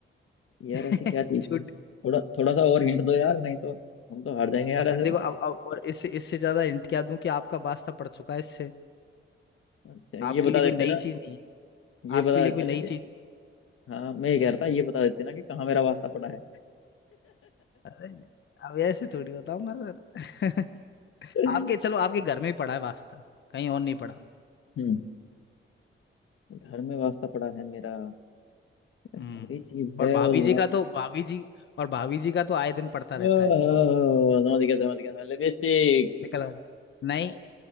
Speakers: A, on the left (about 85°); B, on the left (about 60°).
A: यार
B: <laughs>
A: ऐसी क्या चीज
B: छूट
A: है थोड़ा थोड़ा सा और हिंट दो यार नहीं तो हम तो हार जाएंगे यार ऐसे
B: अब देखो
A: तो
B: अब, अब और इससे इससे ज्यादा हिंट क्या दूं कि आपका वास्ता पड़ चुका है इससे
A: अच्छा
B: आपके
A: ये बता
B: लिए
A: देते
B: कोई नई
A: ना
B: चीज नहीं है
A: ये
B: आपके
A: बता
B: लिए
A: देते
B: कोई नई
A: ना कि
B: चीज
A: हाँ मैं ये कह रहा था ये बता देते ना कि कहाँ मेरा वास्ता पड़ा है
B: अरे अब ऐसे थोड़ी बताऊंगा सर <laughs>
A: <laughs>
B: आपके चलो आपके घर में ही पड़ा है वास्ता कहीं और नहीं पड़ा
A: हम्म घर में वास्ता पड़ा है मेरा हरी
B: हम्म
A: चीज
B: और
A: है
B: भाभी
A: और लाल
B: जी का तो भाभी जी और भाभी जी का तो आए दिन पड़ता
A: ओह,
B: रहता है
A: समझ गया समझ गया लिपस्टिक
B: निकल गए। नहीं